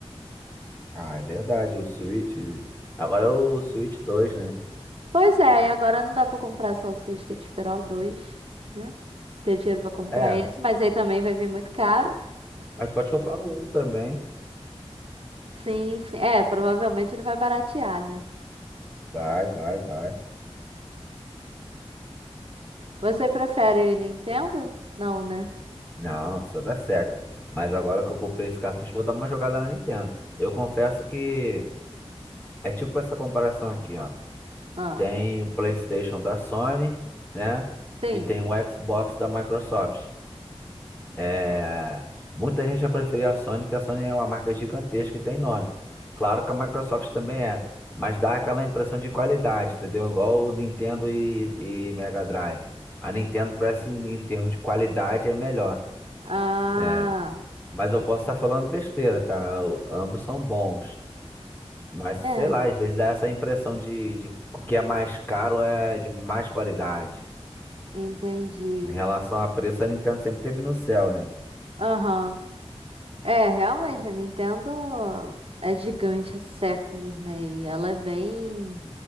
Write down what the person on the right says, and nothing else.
Pois é, e agora não dá pra comprar salsicha, tem que esperar o dois, né? Ter dinheiro pra comprar
esse, mas aí também vai vir muito caro.
Sim, sim. É, provavelmente ele vai baratear, né?
Você prefere Nintendo? Não, né?
Ah,
sim.
Ah,
é,
entendi.
Aham. É, realmente, a Nintendo é gigante há séculos, né? E ela é bem.